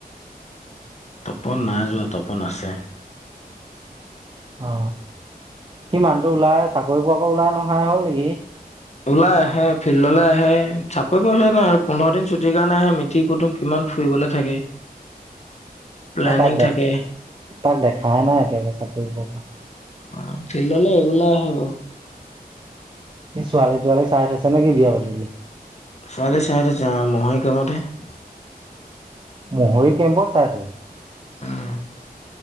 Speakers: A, on the left; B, on the right.
A: তপন নাই যোৱা তপন আছে।
B: অ, সি মানুহটো ওলাই চাকৰি পোৱাৰ পৰা ওলাই নহাই হ'ল নেকি সি।
A: ওলাই আহে ফিল্ডলৈ আহে চাকৰি পোৱা পাছত নহয় পোন্ধৰ দিন ছুটিৰ কাৰণে আহে মিতিৰ কুটুম। কিমান ফুৰিবলৈ থাকে। প্লেনিং
B: মই তাক দে
A: থাকে
B: তাক দেখাই নাই, একেবাৰে চাকৰি পোৱাৰ পৰা।
A: অ ফিল্ডলে ৰেগুলাৰ আহে বাৰু।
B: এই ছোৱালী তোৱালী চাই থৈছ নে কি বিয়া পাতিবলে।
A: ছোৱালী চাই থৈছো অ, মহে কামতে
B: মহৰী কেম্পত চাইছে।
A: উম।